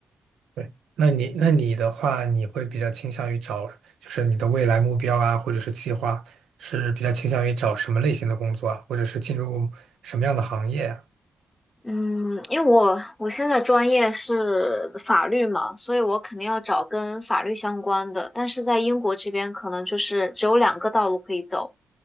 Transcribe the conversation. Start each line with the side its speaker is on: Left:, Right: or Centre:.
Right: 对，那你那你的话，你会比较倾向于找，就是你的未来目标啊，或者是计划，是比较倾向于找什么类型的工作啊，或者是进入什么样的行业啊？
Left: 嗯，因为我我现在专业是法律嘛，所以我肯定要找跟法律相关的。但是在英国这边，可能就是只有两个道路可以走，